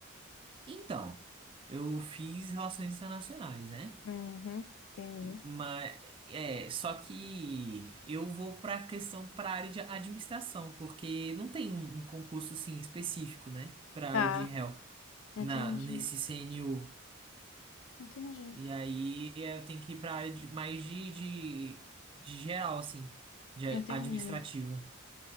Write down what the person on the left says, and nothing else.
Uhum. Entendi.
Tá,
entendi,
entendi,
entendi.